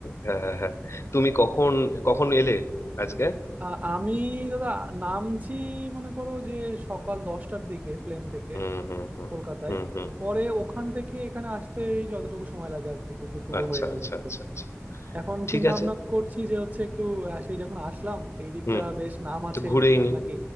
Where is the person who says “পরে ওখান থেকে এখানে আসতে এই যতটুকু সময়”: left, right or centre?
Right